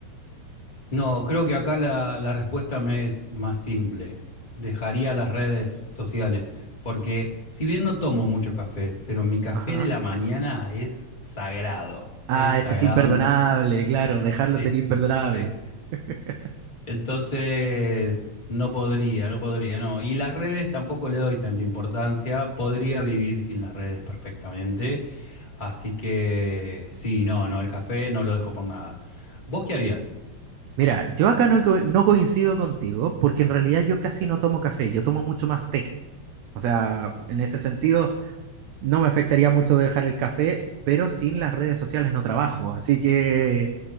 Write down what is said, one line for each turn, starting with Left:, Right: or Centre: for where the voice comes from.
Left: No, creo que acá la, la respuesta me es más simple. Dejaría las redes sociales, porque si bien no tomo mucho café, pero mi café
Right: Ajá.
Left: de la mañana es sagrado.
Right: Ah,
Left: Es sagrado,
Right: eso es imperdonable,
Left: no.
Right: claro, dejarlo
Left: Sí,
Right: sería imperdonable.
Left: sí, sí. sí.
Right: <laughs>
Left: Entonces, no podría, no podría, no. Y las redes tampoco le doy tanta importancia. Podría vivir sin las redes perfectamente. Así que, sí, no, no, el café no lo dejo por nada. ¿Vos qué harías?
Right: Mira, yo acá no, co- no coincido contigo porque en realidad yo casi no tomo café, yo tomo mucho más té. O sea, en ese sentido, no me afectaría mucho dejar el café, pero sin las redes sociales no trabajo. Así que,